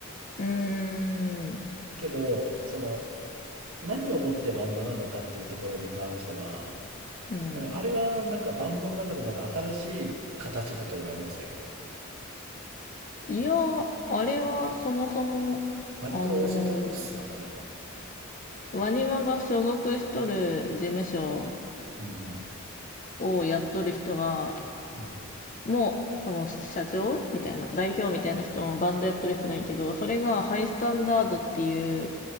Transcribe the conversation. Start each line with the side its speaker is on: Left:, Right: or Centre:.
Left: うーん。
Right: けどその何をもってバンドなのかっていうところに関しては
Left: うん。
Right: なんかあれはなんかバンドの中でまた新しい形だと俺は思ってたけど
Left: いや、あれはそもそも、
Right: 割とオーソドックスなあれは
Left: あのーワニマが所属しとる事務所
Right: うんうん
Left: をやっとる人が、
Right: うん
Left: もその社長みたいな代表みたいな人もバンドやってる人ないけどそれがハイスタンダードっていう